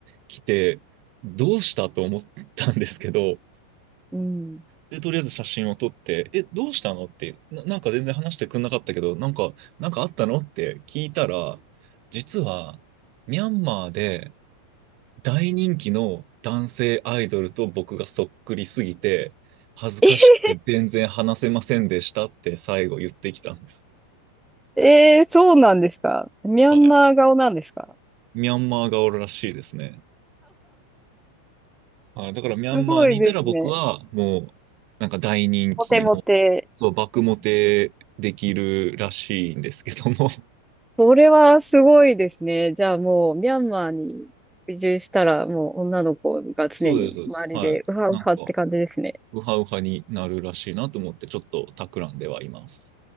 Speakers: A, on the right; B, in the centre.
A: 来て、どうしたと思ったんですけど、
B: うん。
A: で、とりあえず写真を撮って、え、どうしたのって、な、なんか全然話してくれなかったけど、なんか、なんかあったのって聞いたら、実は、ミャンマーで大人気の男性アイドルと僕がそっくりすぎて、恥ずかしくて全然話せませんでしたって最後言ってきたんです。
B: <laughs> えー、そうなんですかミャンマー顔なんですか
A: はいミャンマーがおるらしいですね。あだからミャンマーにいたら僕はもう、
B: すごいですね。
A: なんか大人気、
B: モテモテ。
A: もう、そう、爆モテできるらしいんですけども。
B: うんそれはすごいですね。じゃあもう、ミャンマーに移住したら、もう女の子が常に周りで、
A: <laughs> そうです、そうです。はい。
B: うはうはって感じですね。
A: なんか、ウハウハになるらしいなと思って、ちょっと企んではいます。